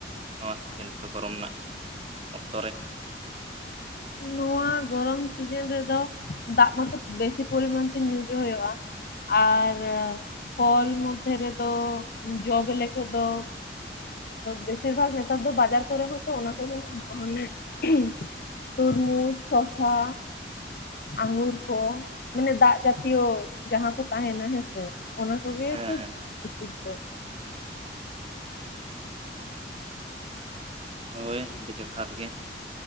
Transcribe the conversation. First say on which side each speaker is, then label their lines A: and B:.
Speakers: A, on the right; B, on the left.
A: ᱱᱚᱣᱟ ᱥᱤᱡᱤᱱ ᱫᱚ ᱜᱚᱨᱚᱢ ᱨᱮᱱᱟᱜ <inaudible> ᱚᱠᱛᱚ ᱨᱮ ᱾
B: ᱱᱚᱣᱟ ᱜᱚᱨᱚᱢ ᱥᱤᱡᱤᱱ ᱨᱮᱫᱚ ᱫᱟᱜ ᱢᱟᱛᱚ ᱵᱮᱥᱤ ᱯᱚᱨᱤᱢᱟᱱ ᱛᱮ ᱧᱩ ᱜᱮ ᱦᱩᱭᱩᱜᱼᱟ ᱾ ᱟᱨ ᱯᱷᱚᱞ ᱢᱚᱫᱽᱫᱷᱮ ᱨᱮᱫᱚ ᱡᱚ ᱵᱤᱞᱤ ᱠᱚᱫᱚ ᱵᱮᱥᱤᱨ ᱵᱷᱟᱜᱽ ᱱᱮᱛᱟᱨ ᱫᱚ ᱵᱟᱡᱟᱨ ᱠᱚᱨᱮ ᱦᱚᱸᱛᱚ ᱚᱱᱟ ᱠᱚᱜᱮ ᱧᱟᱢᱚᱜᱼᱟ <unintelligible> ᱛᱚᱨᱢᱩᱡᱽ, ᱥᱚᱥᱟ ᱟᱸᱜᱩᱨ ᱠᱚ ᱢᱟᱱᱮ ᱫᱟᱜ ᱡᱟᱛᱤᱭᱚ ᱡᱟᱦᱟᱸ ᱠᱚ ᱛᱟᱦᱮᱱᱟ ᱦᱮᱸᱥᱮ ᱾ ᱚᱱᱟ ᱠᱚᱜᱮ
A: ᱦᱮᱸ
B: ᱛᱚ
A: ᱦᱮᱸ
B: ᱩᱪᱤᱛ ᱫᱚ ᱾
A: ᱦᱳᱭ ᱟᱹᱰᱤ ᱡᱚᱛᱷᱟᱛ ᱜᱮ ᱾